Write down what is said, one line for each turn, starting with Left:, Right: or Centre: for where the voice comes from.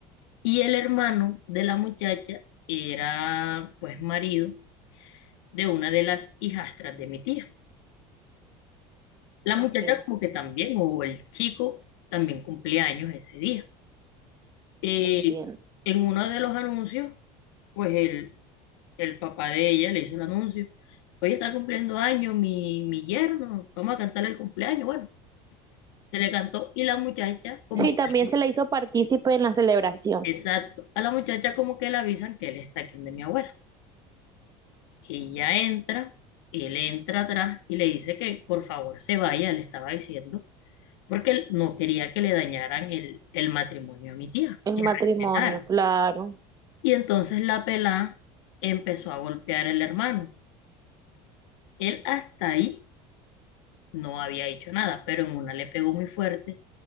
Left: y el hermano de la muchacha era pues marido de una de las hijastras de mi tía. La muchacha
Right: ok,
Left: como que también, o el chico también cumplía años ese día. Eh,
Right: entiendo.
Left: en uno de los anuncios, pues el, el papá de ella le hizo el anuncio. Hoy está cumpliendo años mi, mi yerno, vamos a cantarle el cumpleaños. Bueno, se le cantó y la muchacha como
Right: Sí, también
Left: que,
Right: se le hizo partícipe en la celebración.
Left: exacto, a la muchacha como que le avisan que él está aquí donde mi abuela. Ella entra, él entra atrás y le dice que por favor se vaya, le estaba diciendo. porque él no quería que le dañaran el, el matrimonio a mi tía,
Right: El
Left: que
Right: matrimonio,
Left: respetar.
Right: claro.
Left: Y entonces la pelá empezó a golpear al hermano. Él hasta ahí no había hecho nada, pero en una le pegó muy fuerte